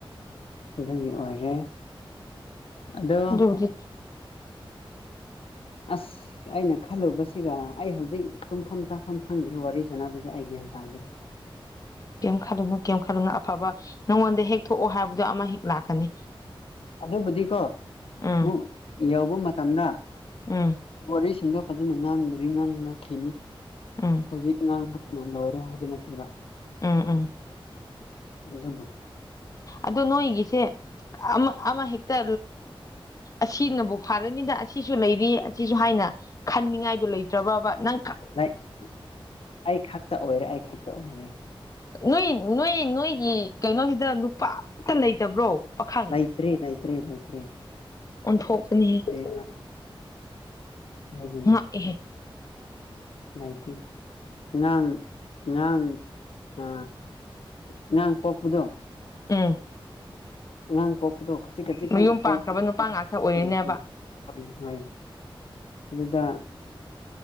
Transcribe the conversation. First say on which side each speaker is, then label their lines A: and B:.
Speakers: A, on the left; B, on the left.
A: ꯑꯗꯨꯒꯤ ꯑꯣꯏꯔꯦ ꯑꯗꯣ
B: ꯑꯗꯨꯕꯨꯗꯤ
A: ꯑꯁ ꯑ ꯑꯩꯅ ꯈꯜꯂꯨꯕꯁꯤꯒ ꯑꯩ ꯍꯧꯖꯤꯛ ꯇꯨꯝꯐꯝ ꯆꯥꯐꯝ ꯈꯪꯗ꯭꯭ꯔꯦ ꯋꯥꯔꯤ ꯁꯥꯟꯅꯕꯁꯦ ꯑꯩ ꯒ꯭ꯌꯥꯟ ꯇꯥꯗ꯭ꯔꯦ
B: ꯀꯩꯝ ꯈꯜꯂꯨꯅꯨ ꯀꯩꯝ ꯈꯜꯂꯨꯅꯨ ꯑꯐꯕ ꯅꯪꯉꯣꯟꯗ ꯍꯦꯛ ꯊꯣꯛꯑꯣ ꯍꯥꯏꯕꯗꯣ ꯑꯃ ꯍꯦꯛ ꯂꯥꯛꯀꯅꯤ
A: ꯑꯗꯨꯕꯨꯗꯤꯀꯣ
B: ꯎꯝ
A: ꯑꯃꯨꯛ ꯌꯧꯕ ꯃꯇꯝꯗ
B: ꯎꯝ
A: ꯋꯥꯔꯤꯁꯤꯡꯗꯣ ꯐꯖꯅ ꯉꯥꯡꯕꯗꯤ ꯉꯥꯡꯅꯛꯈꯤꯅꯤ
B: ꯎꯝ
A: ꯍꯧꯖꯤꯛ ꯉꯥꯡꯕ ꯅ ꯂꯣꯏꯔꯦ ꯍꯥꯏꯕ ꯅꯠꯇꯕ
B: ꯎꯝ ꯎꯝ
A: ꯑꯗꯨꯕꯨ
B: ꯑꯗꫭ ꯅꯣꯏꯒꯤꯁꯦ ꯑꯃꯑꯃ ꯍꯦꯛꯇ ꯑꯁꯤꯅꯕꯨ ꯐꯥꯔꯅꯤꯗ ꯑꯁꯤꯁꯨ ꯂꯩꯔꯤ ꯑꯁꯤꯁꯨ ꯍꯥꯏꯅ ꯈꯟꯅꯤꯡꯉꯥꯏꯗꯨ ꯂꯩꯇ꯭ꯔꯕ꯭ꯔꯕ ꯅꯪ ꯈꯛ
A: <unintelligible> ꯑꯩ ꯈꯛꯇ ꯑꯣꯏꯔꯦ ꯑꯩ ꯈꯛꯇ ꯑꯣꯏꯔꯦ
B: ꯅꯣꯏ ꯅꯣꯏ ꯅꯣꯏꯒꯤ ꯀꯩꯅꯣꯁꯤꯗ ꯅꯨꯄꯥ ꯑꯝꯇ ꯂꯩꯇꯕ꯭ꯔꯣ ꯄꯥꯈ
A: ꯂꯩꯇ꯭ꯔꯦ ꯂꯩꯇ꯭ꯔꯦ ꯂꯩꯇ꯭ꯔꯦ
B: ꯑꯣꯟꯊꯣꯛꯀꯅꯤꯍꯦ
A: <inaudible> ꯌꯥ ꯑꯗꯨꯅꯤ
B: ꯉꯛꯏꯍꯦ
A: ꯂꯩꯇꯦ ꯉꯥꯡ ꯉꯥꯡ ꯑ ꯑꯉꯥꯡ ꯄꯣꯛꯄꯗꯣ
B: ꯎꯝ
A: ꯑꯉꯥꯡ ꯄꯣꯛꯄꯗꯣ ꯈꯖꯤꯛ ꯈꯖꯤꯛꯇꯪ
B: ꯃꯌꯨꯝ
A: ꯎꯄꯩꯄꯒꯤꯀꫭ
B: ꯄꯥꯟꯈ꯭ꯔꯕ ꯅꯨꯄꯥ ꯉꯥꯛꯇ ꯑꯣꯏꯔꯤꯅꯦꯕ
A: <unintelligible> ꯍꯣꯏ ꯍꯣꯏ ꯑꯗꯨꯗ